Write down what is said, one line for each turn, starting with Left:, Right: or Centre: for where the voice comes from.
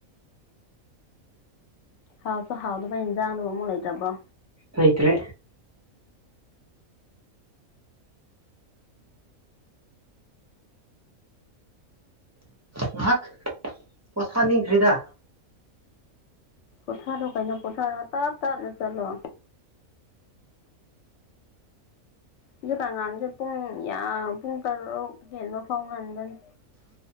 Left: ꯍꯥꯎꯁꯨ ꯍꯥꯎꯗꯕ ꯏꯟꯖꯥꯡꯗꯨꯕꯨ ꯑꯃꯨꯡ ꯂꯩꯇꯥꯕ꯭ꯔꯣ
Right: ꯂꯩꯇ꯭ꯔꯦ ꯉꯥꯍꯥꯛ ꯄꯣꯊꯥ ꯅꯤꯡꯈ꯭ꯔ‌ꯦꯗꯥ
Left: ꯄꯣꯊꯥꯔꯣ ꯀꯩꯅꯣ ꯄꯣꯊꯥꯔꯒ ꯇꯥꯞ ꯇꯥꯞꯅ ꯆꯠꯂꯣ ꯍꯧꯖꯤꯛꯀꯥꯟ ꯉꯥꯟꯕꯁ‌ꯦ ꯄꯨꯡ ꯌꯥꯝ ꯄꯨꯡ ꯇꯔꯨꯛ ꯍꯦꯟꯕ ꯐꯥꯎ ꯉꯟꯕꯅꯤ